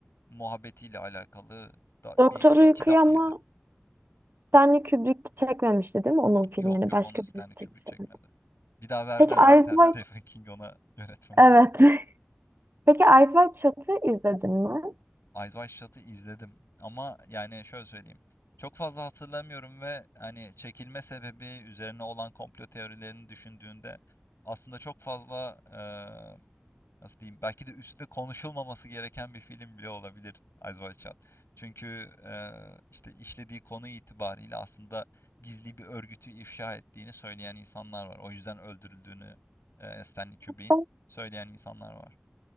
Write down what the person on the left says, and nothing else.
muhabbetiyle alakalı da
bir fi-
kitap
diyebilirim.
Yok yok
onu Stanley
Kubrick
çekmedi. Bir daha vermez
zaten
<laughs> Stephen King ona yönetmenliği.
Eyes Wide Shut'ı izledim ama yani şöyle söyleyeyim. Çok fazla hatırlamıyorum ve hani çekilme sebebi üzerine olan komplo teorilerini düşündüğünde aslında çok fazla eee, nasıl diyeyim belki de üstüne konuşulmaması gereken bir film bile olabilir Eyes Wide Shut. Çünkü eee, işte işlediği konu itibariyle aslında gizli bir örgütü ifşa ettiğini söyleyen insanlar var. O yüzden öldürüldüğünü eee Stanley Kubrick'in
söyleyen insanlar var.